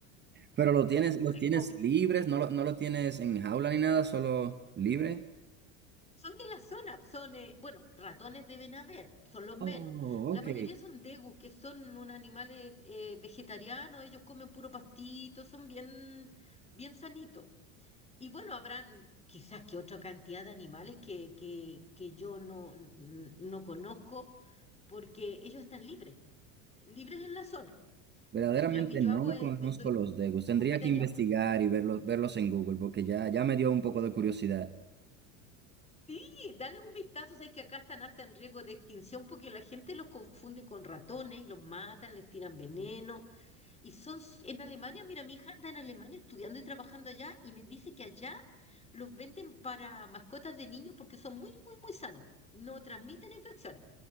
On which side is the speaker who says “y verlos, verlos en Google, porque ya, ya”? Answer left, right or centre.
Right